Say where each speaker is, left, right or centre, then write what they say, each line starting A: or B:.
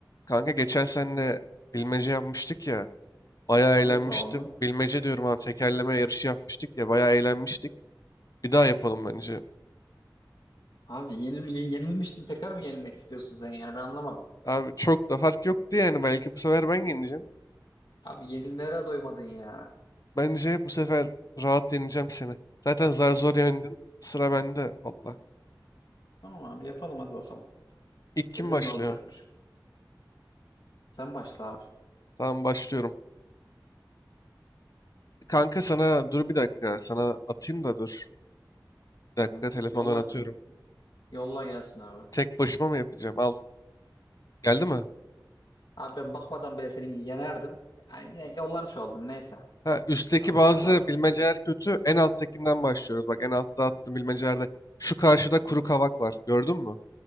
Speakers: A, on the left; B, on the left.
A: Kanka geçen seninle bilmece yapmıştık ya. Bayağı eğlenmiştim.
B: Evet abi.
A: Bilmece diyorum abi tekerleme yarışı yapmıştık ya. Bayağı eğlenmiştik. Bir daha yapalım bence.
B: Abi yenil ye- yenilmiştin tekrar mı yenilmek istiyorsun sen yani ben anlamadım.
A: Abi çok da fark yoktu yani. Belki bu sefer ben yeneceğim.
B: Abi yenilmelere doymadın ya.
A: Bence bu sefer rahat yeneceğim seni. Zaten zar zor yendin. Sıra bende valla.
B: Tamam abi yapalım hadi bakalım.
A: İlk kim
B: Görelim
A: başlıyor?
B: ne olacakmış. Sen başla abi.
A: Tamam başlıyorum. Kanka sana dur bir dakika. Sana atayım da dur. Bir dakika
B: Hı.
A: telefondan
B: Yolla
A: atıyorum.
B: yolla gelsin abi.
A: Tek başıma mı yapacağım? Al. Geldi mi?
B: Abi ben bakmadan bile seni yenerdim. Yani yine yollamış oldun neyse.
A: Ha, üstteki
B: Devam et
A: bazı
B: abi hadi.
A: bilmeceler kötü. En alttakinden başlıyoruz. Bak en altta attığım bilmecelerde şu karşıda kuru kavak var. Gördün mü?